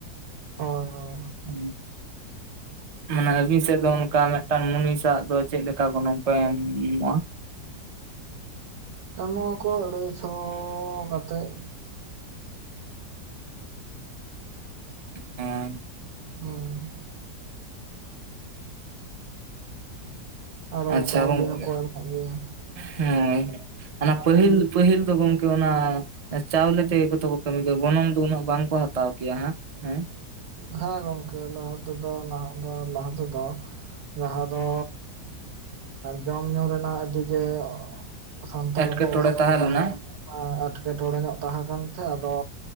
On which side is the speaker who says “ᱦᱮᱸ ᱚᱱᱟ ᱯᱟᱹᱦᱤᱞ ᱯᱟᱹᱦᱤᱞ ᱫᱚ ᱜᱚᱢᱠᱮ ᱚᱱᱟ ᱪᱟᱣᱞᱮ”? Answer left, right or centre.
Right